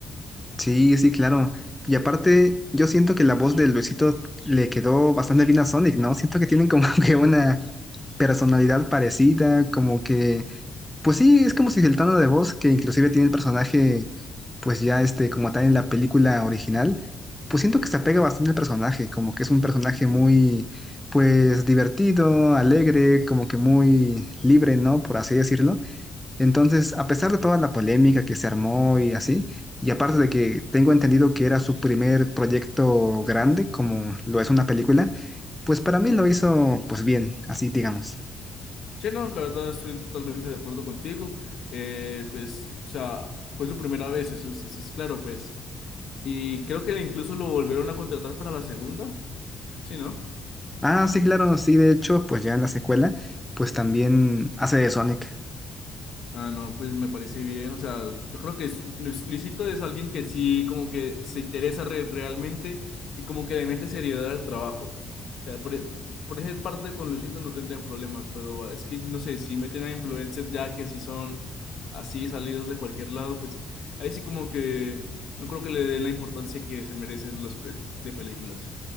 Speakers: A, in the centre; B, on the left.
A: Sí, sí, claro. Y aparte, yo siento que la voz de Luisito le quedó bastante bien a Sonic, ¿no? Siento que tienen como <laughs> que una personalidad parecida, como que, pues sí, es como si el tono de voz que inclusive tiene el personaje pues ya este, como tal en la película original, pues siento que se apega bastante al personaje, como que es un personaje muy, pues divertido, alegre, como que muy libre, ¿no? Por así decirlo. Entonces, a pesar de toda la polémica que se armó y así, y aparte de que tengo entendido que era su primer proyecto grande, como lo es una película, pues para mí lo hizo, pues bien, así digamos.
B: Sí, no, la verdad estoy totalmente de acuerdo contigo. Eh, pues, o sea, fue su primera vez, eso es, eso es claro, pues. Y creo que incluso lo volvieron a contratar para la segunda, ¿sí, no?
A: Ah, sí, claro, sí, de hecho, pues ya en la secuela, pues también hace de Sonic.
B: Ah, no, pues me parece bien. O sea, yo creo que es- Luis- Luisito es alguien que sí, como que se interesa re- realmente y como que le mete seriedad al trabajo. O sea, por, e- por esa parte con Luisito no tendría problemas, pero ah, es que, no sé, si meten a influencers ya que sí son así salidos de cualquier lado, pues ahí sí como que no creo que le den la importancia que se merecen los proyectos de películas.